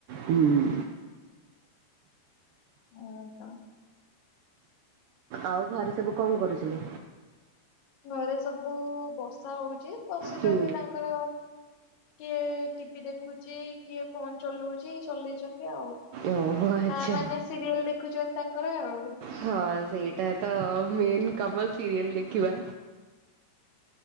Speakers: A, on the right; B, on the left.
A: ହୁଁ।
B: ହଁ ତ।
A: ଆଉ ଘରେ ସବୁ କଣ କରୁଛନ୍ତି?
B: ଘରେ ସବୁ ବର୍ଷା ହଉଛି ବସିଛନ୍ତି
A: ହୁଁ
B: ତାଙ୍କର କିଏ ଟିଭି ଦେଖୁଛି, କିଏ ଫୋନ ଚଲଉଛି ଚଲେଇଛନ୍ତି ଆଉ।
A: ଓହୋ ଆଚ୍ଛା
B: ମା ମାନେ ସିରିଏଲ ଦେଖୁଛନ୍ତି ତାଙ୍କର ଆଉ।
A: ହଁ ସେଇଟା ତ ମେନ୍ କମଲ ସିରିଏଲ ଦେଖିବା।